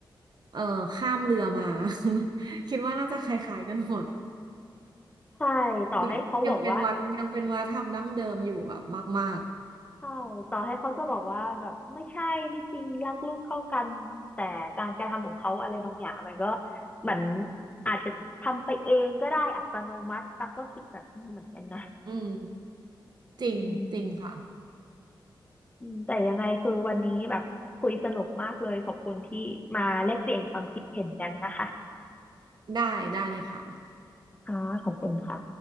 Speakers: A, on the right; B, on the left.
A: เอ่อ ข้ามเรือมา <laughs> คิดว่าน่าจะคล้ายๆกันหมด
B: ใช่ต่อให้เขาบอกว่า
A: แบบยังเป็นวัดยังเป็นวัฒนธรรมดั้งเดิมอยู่แบบมาก
B: ใช่ต่อให้เขาจะบอกว่าแบบไม่ใช่ไม่จริงรักลูกเท่ากันแต่การกระทำของเขาอะไรบางอย่างมันก็เหมือนอาจจะทำไปเองก็ได้อัตโนมัติตักก็คิดแบบนี้เหมือนกันนะ
A: ๆอืมจริงจริงค่ะ
B: อืมอืมแต่ยังไงคือวันนี้แบบคุยสนุกมากเลยขอบคุณที่มาแลกเปลี่ยนความคิดเห็นกันนะคะ
A: ได้ได้เลยค่ะ
B: ค่ะขอบคุณค่ะ